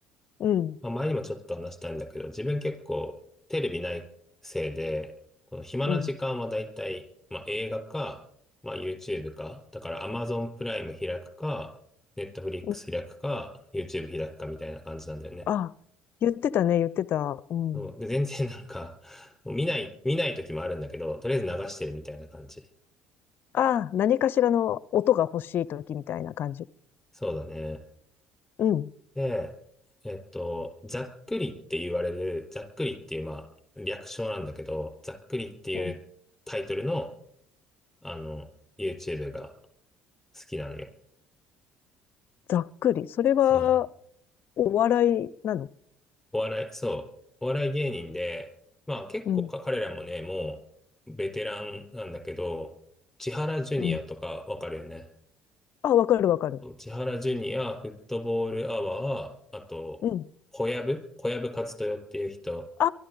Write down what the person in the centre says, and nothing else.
まあ、前にもちょっと話したんだけど、自分結構テレビないせいで、この暇な時間はだいたい、
まあ、映画か、まあ、YouTube か、だから Amazon プライム開くか、Netflix
開くか、YouTube 開くかみたいな感じなんだよね。
そう。で、全然 <laughs> なんか、もう見ない、見ない時もあるんだけど、とりあえず流してるみたいな感じ。
そうだね。
で、えっと、ざっくりって言われる、ざっくりっていう、まあ、略称なんだけど、ざっくりっていうタイトルの
あの、YouTube が好きなのよ。
そう、あの、
お笑い、そう、お笑い芸人で、まあ結構か彼らもね、
もうベテランなんだけど、千原ジュニアとかわかるよね。
そう千原ジュニア、フットボールアワー、あと、
小籔、小籔和豊っていう人。